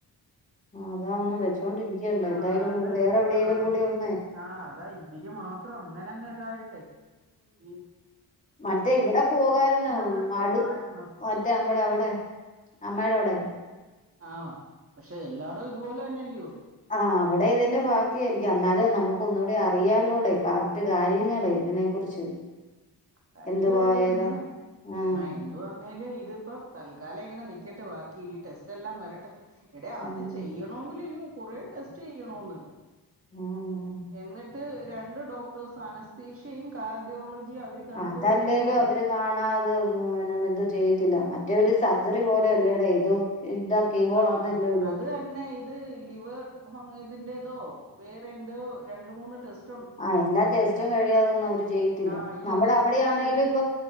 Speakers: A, on the left; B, on the right.
A: ആ അതാ ഒന്നും
B: ഇത്
A: വെച്ചോണ്ടിരിക്കണ്ട
B: ആ
A: എന്തായാലും
B: അത്
A: ഒന്ന് വേറെ എവിടെലും
B: ആ അത്
A: കൂടി ഒന്നേ
B: ആ അതാ ഇവര് മാത്രം അങ്ങനങ്ങ് ഇതായിട്ടെ ഉം
A: മറ്റേ ഇവിടെ പോകായിരുന്നു
B: ഒക്കെ
A: മടു
B: പോവായിരുന്നു
A: മറ്റേ നമ്മടെ അവിടെ അമ്മേടാവിടെ
B: ആ പക്ഷെ എല്ലാടോം ഇതുപോലന്നെ അല്ലേയോ
A: ആഅവിടെ ഇതിന്റെ ബാക്കിയായിരിക്കും എന്നാലും നമുക്ക് ഒന്നുകൂടി അറിയാലോ ടെ കറക്റ്റ് കാര്യങ്ങളെ ഇതിനെ കുറിച്ച്
B: കാര്യം
A: എന്തുവാ
B: അറിയായിരുന്നു
A: ഏതാ ആഹ്
B: ആ എന്തു വന്നേലും ഇ ഇതിപ്പം തൽക്കാലം ഇങ്ങനെ നിക്കട്ട് ബാക്കി ഈ ടെസ്റ്റ് എല്ലാം വരട്ട് എടെ
A: ആഹ്
B: അത് ചെയ്യണോങ്കിലും ഇനി കുറേ ടെസ്റ്റ് ചെയ്യണോന്ന്
A: ആഹ്
B: എന്നിട്ട് രണ്ട് ഡോക്ടേഴ്സ് അനസ്തെഷ്യയും കാർഡിയോളജിയും അവര് കൺഫേം
A: ആ അതല്ലേലും
B: ചെയ്യണോന്ന്
A: അവര് കാണാതെ ഇത് ചെയ്യത്തില്ല മറ്റേര് സർജറി പോലെ അല്ലേടെ ഇത് ഇതാ കീഹോളാന്നല്ലേ
B: ആ
A: ഉള്ളൂ
B: അത് തന്നെ ഇത് ലിവർ ഇതിന്റെതൊ വേറെ എന്തോ രണ്ട് മൂന്ന് ടെസ്
A: ആഹ് എല്ലാ ടേസ്റ്റും കഴിയാതൊന്നും അവര് ചെയ്യത്തില്ല
B: ആഹ് ഈ
A: നമ്മുടെ
B: ടെസ്റ്റും
A: അവിടെയാണേലും
B: ചെയ്ത്
A: ഇപ്പൊ